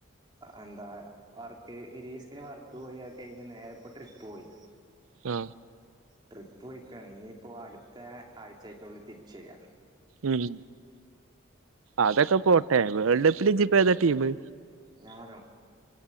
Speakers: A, on the right; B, on the right.
A: എന്താ വർക്ക് ഇരുപ്തീശത്തിന് വർക്ക് പോയി അത് കെഴിഞ്ഞ് നേരെപ്പോ ട്രിപ്പ് പോയി
B: ആ
A: ട്രിപ്പ് പോയിക്കാണ് ഇനിയിപ്പോ അടുത്ത ആഴ്ചായിട്ടൊള്ളു തിരിച്ചു വര്വ
B: ഉം അതൊക്കെ പോട്ടെ വേൾഡപ്പില് ഇജ്ജ് ഏതാ ടീമ്
A: ഞാനോ